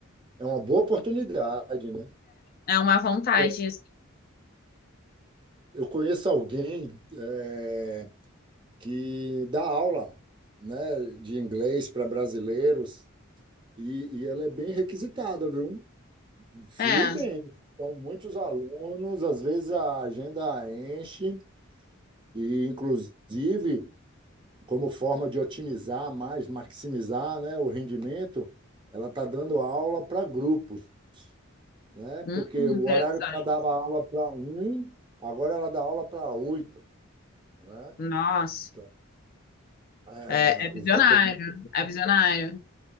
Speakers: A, on the right; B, on the left.
A: é uma boa oportunidade, né?
B: é uma vantagem.
A: Eu, eu conheço alguém é, que dá aula, né, de inglês para brasileiros e, e ela é bem requisitada, viu? Flui
B: É,
A: bem. São muitos alunos, às vezes a agenda enche e, inclusive, como forma de otimizar mais, maximizar, né, o rendimento, ela está dando aula para grupos. né?
B: hum,
A: Porque
B: hum,
A: o
B: interessante.
A: horário que ela dava aula para um, agora ela dá aula para oito, né?
B: Nossa,
A: Então, é,
B: é, é visionário,
A: o fator
B: é visionário.